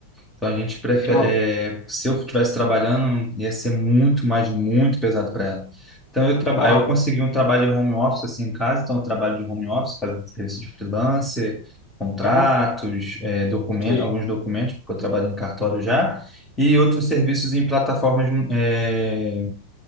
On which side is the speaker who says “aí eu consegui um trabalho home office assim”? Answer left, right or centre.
Centre